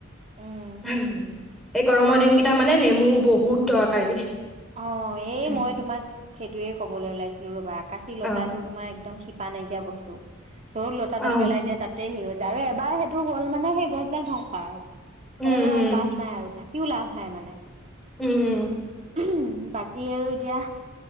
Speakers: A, on the right (about 35°); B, in the centre.
A: উম,
B: হুম উ এই গৰমৰ দিনকেইটা মানে নেমু বহুত দৰকাৰী।
A: অ এই
B: উম।
A: মই তোমাক সেইটোয়ে কবলৈ ওলাইছিলো ৰবা আকাশ আকাশী লতাটো
B: অ
A: তোমাৰ একদম শিপা নাইকিয়া বস্তু চ লতাডাল
B: অ
A: পেলাই দিয়া তাতে সি হৈ যায় আৰু এবাৰ সেইটো হ'ল মানে সেই গছডাল ধ্বংস আৰু সেইডালেৰে
B: উম উম
A: লাভ নাই আৰু থাকি। বিকীও লাভ নাই মানে।
B: উম উম
A: উমহু বাকী আৰু এতিয়া